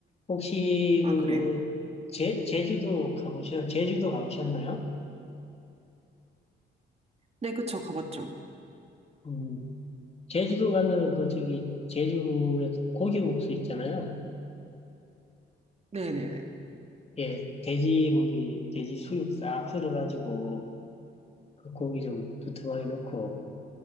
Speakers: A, on the left; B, on the right.
A: 혹시
B: 아,
A: 그
B: 그래요?
A: 제, 제주도 가보셨, 제주도 가보셨나요?
B: 네, 그쵸. 가봤죠.
A: 음, 제주도 가면은 그 저기 제주에서 고기국수 있잖아요.
B: 네네네.
A: 예, 돼지 고기, 돼지 수육 싹 썰어가지고 그 고기 좀 두툼하게 넣고